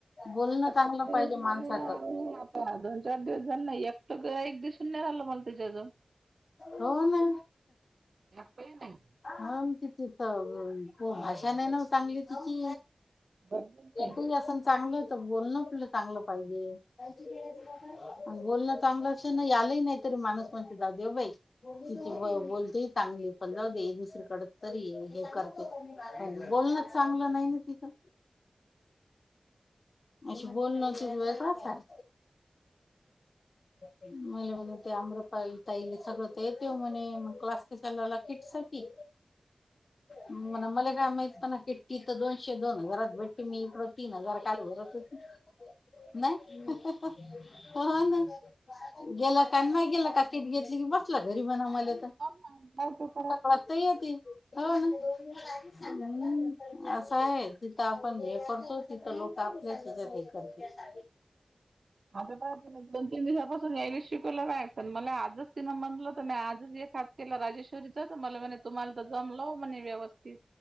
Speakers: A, on the left; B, on the right.
A: बोलणं
B: आता
A: चांगलं
B: किती दिवस
A: पाहिजे
B: झाले
A: माणसाचं
B: <unintelligible> हा दोन चार दिवस झाले ना एकट गिऱ्हाईक दिसून नाही राहील मला तिच्याजवळ.
A: हो ना.
B: एकटही नाही.
A: हाव तिची त भाषा नाही ना ओ चांगली तिची.
B: बघितलंय.
A: तु असण चांगलं, तर बोलण आपलं चांगलं पाहिजे. आणि बोलणं चांगलं असलं ना आलंही नाही तरी माणूस म्हणते जाऊ दे ओ बाई. तिचे बो बोलतेही चांगली, पण जाऊ दे. दुसरीकडे तरी हे कर पण बोलणच चांगलं नाही ना तिचं. अशीे बोलण सुरू हाय का काय? मले म्हणे ते आम्रपाली ताईली सगळं तर येते म्हणे, मग क्लास कशाला आला किटसाठी? मग मला काय माहित म्हणाव किट तिथं दोनशे दोन हजारात भेटते. मी इकडं तीन हजार काल भरत होती. नाही. हो ना, गेलं का नाही गेलं का किट घेतली की बस तुला घरी बनाव मले तर
B: काय करू?
A: तक्रार तर येती, हो ना. हम्म. असं आहे तिथं आपण हे करतो तिथं लोक आपले हेच्यात हे करतेत.
B: आता पहा दोन तीन दिवसापासून यायला शिकवलं असनं. मला आजच तिनं म्हटलं तर नाही आजच हे खात केलं राजेश्वरीच, तर म्हला म्हणे तुम्हाला तर जमलंव म्हणे व्यवस्थित.